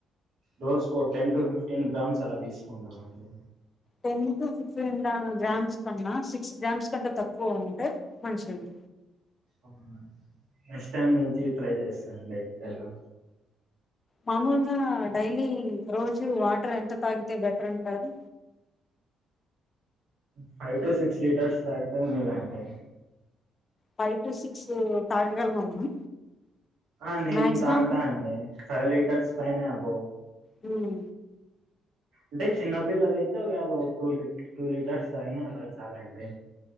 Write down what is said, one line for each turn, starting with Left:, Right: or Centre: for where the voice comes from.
Right: రోజుకో టెన్ టు ఫిఫ్టీన్ గ్రామ్స్ అలా తీసుకుంటామండి.
Left: టెన్ టు ఫిఫ్టీన్ గ్రామ్స్ కన్నా సిక్స్ గ్రామ్స్ కంటే తక్కువ ఉంటే మంచిది.
Right: అవునా అండి నెక్స్ట్ టైమ్ నుంచి ట్రై చేస్తాండి అయితే అలా.
Left: మామూలుగా డైలీ రోజు వాటర్ ఎంత తాగితే బెటర్ అంటారు.
Right: ఫైవ్ టు సిక్స్ లీటర్స్ తాగితే మేలండి.
Left: ఫైవ్ టు సిక్స్ తాగగలమా మనం.
Right: ఆ నేను
Left: మాక్సిమం
Right: తాగుతా అండి ఫైవ్ లీటర్స్ పైనే అబోవ్.
Left: హ్
Right: అంటే చిన్న పిల్లలయితే ఒకేళ టూ లీట టూ లీటర్స్ తాగినా అలకు చాలా అండి.